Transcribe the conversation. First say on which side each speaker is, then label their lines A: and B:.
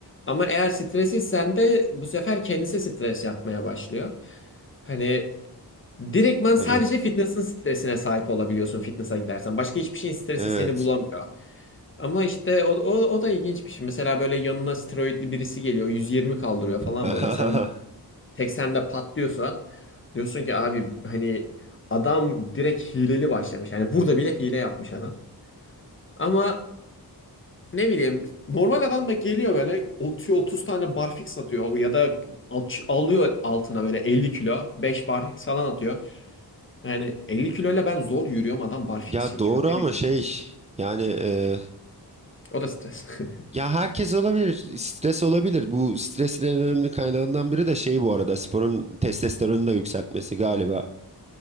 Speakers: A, on the left; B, on the right.
A: Ama eğer stresliysen de bu sefer kendisi stres yapmaya başlıyor. Hani direktman sadece
B: Evet
A: fitness'ın stresine sahip olabiliyorsun fitness'a gidersen. Başka hiçbir şeyin stresi
B: evet.
A: seni bulamıyor. Ama işte o, o, o da ilginç bir şey. Mesela böyle yanına steroidli birisi geliyor 120 kaldırıyor falan
B: <laughs>
A: böyle. Sen 80'de patlıyorsa diyorsun ki abi hani adam direkt hileli başlamış. Yani burada bile hile yapmış adam. Ama ne bileyim normal adam da geliyor böyle atıyor 30 tane barfix atıyor ya da aç- alıyor altına böyle 50 kilo 5 barfix falan atıyor. Yani 50 kiloyla ben zor yürüyorum adam barfix
B: Ya
A: çekiyor
B: doğru
A: ne
B: ama
A: bileyim.
B: şey yani e,
A: O da stres. <laughs>
B: ya herkes olabilir stres olabilir bu stresin en önemli kaynağından biri de şey bu arada sporun testosteronu da yükseltmesi galiba.